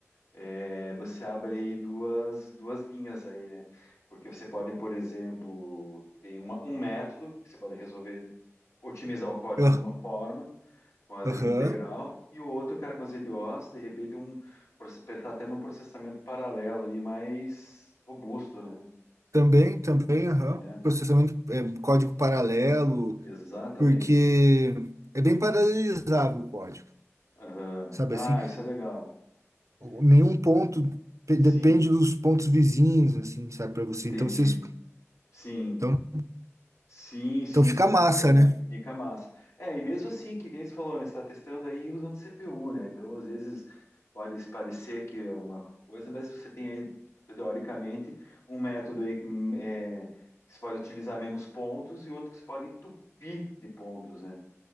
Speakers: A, on the left; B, on the right.
A: é, você abre aí duas, duas linhas aí, né? Porque você pode, por exemplo, tem uma, um método que você pode resolver otimizar o código
B: Ah,
A: de uma forma, com asa
B: Aham.
A: integral, e o outro, cara, com as IDOs, de repente, um, pensar até num processamento paralelo ali mais robusto, né?
B: Também, também, aham.
A: É,
B: Processamento, é, código paralelo,
A: exatamente.
B: porque é bem paralelizável o código,
A: Aham.
B: sabe
A: Ah,
B: assim?
A: isso é legal.
B: Nenhum
A: S-
B: ponto pe-
A: Sim,
B: depende dos pontos vizinhos, assim, sabe, para você.
A: entendi.
B: Então, vocês,
A: Sim,
B: então,
A: Sim, sim,
B: então fica
A: sim,
B: massa,
A: isso é verdade.
B: né?
A: Fica massa. É, e mesmo assim, que, que nem você falou, né? Você está testando aí usando CPU, né? Então, às vezes, pode parecer que é uma coisa, mas você tem aí, teoricamente, um método aí com, é, que você pode utilizar menos pontos e outro que você pode entupir de pontos, né?